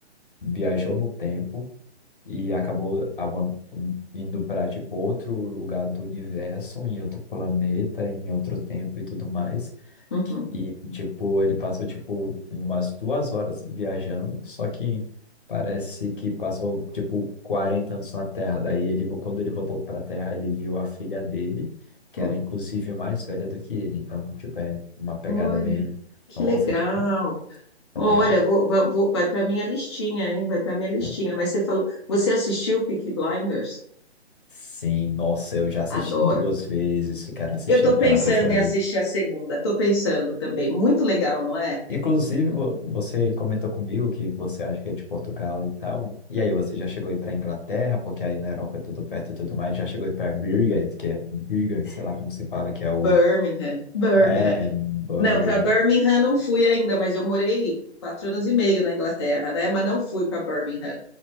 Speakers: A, on the left; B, on the left.
A: viajou no tempo e acabou avan- indo para tipo outro lugar do universo, em outro planeta, em outro tempo e tudo mais.
B: uhum,
A: E tipo, ele passou tipo umas duas horas viajando, só que parece que passou tipo 40 anos na Terra. Daí ele, vo- quando ele voltou para a Terra, ele viu a filha dele, que
B: uhum.
A: era inclusive mais velha do que ele. Então, tipo, é uma pegada
B: Olha,
A: bem,
B: que
A: nossa,
B: legal.
A: tipo, tá
B: Olha,
A: ligado?
B: vou, va- vou- vai para minha listinha, hein? Vai para minha listinha.
A: É.
B: Mas você falou, você assistiu Peaky Blinders?
A: Sim, nossa, eu já assisti
B: Adoro.
A: duas vezes, eu quero assistir
B: Eu estou pensando
A: pela terceira
B: em
A: vez.
B: assistir a segunda. Estou pensando também. Muito legal, não é?
A: Inclusive, vo- você comentou comigo que você acha que é de Portugal e tal. E aí, você já chegou aí para Inglaterra, porque aí na Europa é tudo perto e tudo mais. Já chegou aí para Birmingham, que é Birmingham, sei lá como se fala, que é o.
B: Birmingham, Birmingham.
A: É, Birmingham.
B: Não, para Birmingham não fui ainda, mas eu morei quatro anos e meio na Inglaterra, né? Mas não fui para Birmingham.